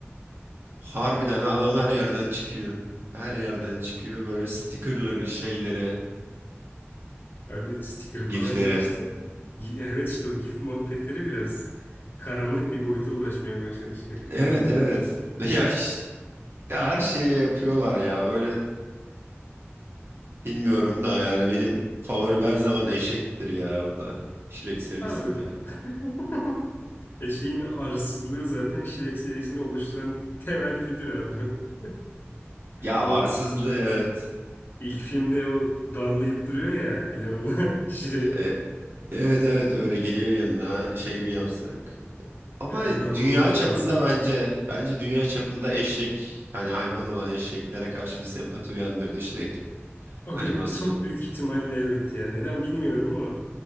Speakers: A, on the right; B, on the left.
A: Harbiden ha, adam her yerden çıkıyor. Her yerden çıkıyor. Böyle stickerları, şeylere,
B: Abi sticker'ı
A: giflere.
B: falan geçtim. Gi- Evet işte o GIF muhabbetleri biraz karanlık bir boyuta ulaşmaya başladı Shrek konusunda
A: Evet evet.
B: ya.
A: <laughs> Ya ş- ya her şeye yapıyorlar ya. Böyle bilmiyorum da yani benim favorim her zaman eşektir ya orada. Shrek serisinde.
B: Abi <laughs> eşeğin arsızlığı zaten Shrek serisini oluşturan temel figür abi. <laughs>
A: Ya
B: O
A: arsızlı evet.
B: ilk filmde o darlayıp duruyor ya elemanı <laughs> Shrek.
A: E- evet evet böyle geliyor yanına şey mi yapsak? Ama
B: e,
A: dünya
B: Ben burada mı
A: çapında
B: kalsam?
A: bence bence dünya çapında eşek hani hayvan olan eşeklere karşı bir sempati uyandırdı Shrek
B: Aga
A: animasyonu.
B: çok büyük ihtimalle evet ya. Neden bilmiyorum ama